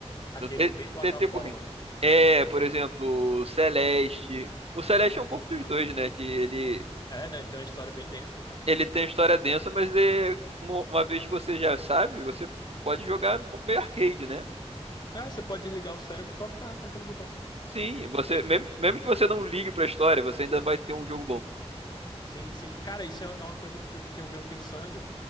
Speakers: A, on the left; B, on the right.
A: Aqueles
B: não tem,
A: bem plataforma,
B: tem tempo ruim.
A: né?
B: É, por exemplo, o Celeste. O Celeste é um pouco
A: Aham.
B: dos dois, né? Que ele,
A: É, né? Ele tem uma história bem densa até.
B: ele tem história densa, mas é, uma uma vez que você já sabe, você pode jogar meio arcade, né?
A: É, você pode desligar o cérebro e só ficar apertando o botão.
B: Sim,
A: É,
B: você
A: tem.
B: mesmo, mesmo que você não ligue pra história, você ainda vai ter um jogo bom.
A: Sim, sim. Cara, isso é é uma coisa que eu, fi- que eu venho pensando.